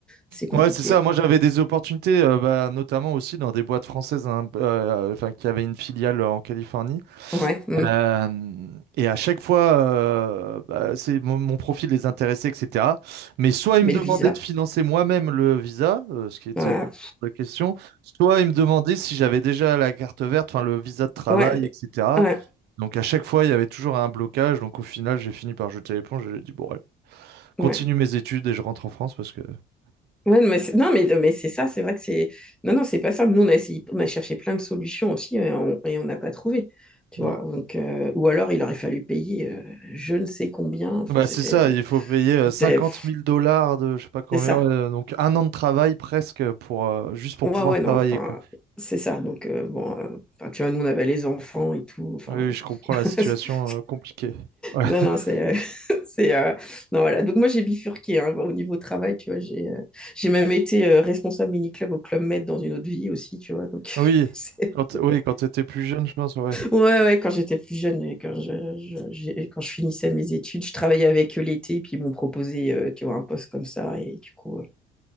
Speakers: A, in the centre; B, on the right (about 75°).
A: c'est compliqué.
B: Ouais, c'est ça. Moi, j'avais des opportunités, euh, bah, notamment aussi dans des boîtes françaises, hein, euh, enfin, qui avaient une filiale en Californie.
A: Ouais, hum.
B: Euh, et à chaque fois, euh, bah, c'est mon, mon profil les intéressait, etc. Mais soit ils
A: Mais
B: me demandaient
A: le visa.
B: de financer moi-même le visa, euh, ce qui était
A: Ouais.
B: la question, soit ils me demandaient si j'avais déjà la carte verte, enfin le visa de travail,
A: Ouais,
B: etc.
A: ouais,
B: Donc à chaque fois, il y avait toujours un blocage. Donc au final, j'ai fini par jeter l'éponge. J'ai dit bon, allez, continue
A: ouais.
B: mes études et je rentre en France parce que.
A: Ouais, mais c'est- non, mais, mais c'est ça, c'est vrai que c'est. Non, non, c'est pas simple. Nous, on a essayé, on a cherché plein de solutions aussi euh, on- et on n'a pas trouvé. Tu
B: ouais.
A: vois, donc, euh, ou alors il aurait fallu payer euh, je ne sais combien. Enfin,
B: Bah,
A: c'était.
B: c'est ça, il faut payer euh,
A: C'était.
B: 50
A: pff,
B: 000 dollars de je sais pas combien,
A: C'est ça.
B: ouais, euh, donc un an de travail presque pour euh, juste pour
A: Ouais,
B: pouvoir
A: ouais,
B: travailler
A: non, enfin,
B: quoi.
A: c'est ça. Donc, euh, bon, euh, enfin, tu vois, nous, on avait les enfants et tout. Enfin,
B: Oui, je comprends
A: <laughs>
B: la situation euh, compliquée. Ouais. <laughs>
A: non, non, c'est. euh, <laughs> c'est, euh, non, voilà. Donc, moi, j'ai bifurqué hein, au niveau travail, tu vois. J'ai euh, j'ai même été euh, responsable mini-club au Club Med dans une autre vie aussi, tu vois. Donc,
B: Oui,
A: <laughs> c'est-
B: quand oui, quand t'étais plus jeune, je pense, ouais.
A: ouais, ouais, quand j'étais plus jeune, et quand je, je- j'ai- quand je finissais mes études, je travaillais avec eux l'été, puis ils m'ont proposé, euh, tu vois, un poste comme ça. Et du coup, euh,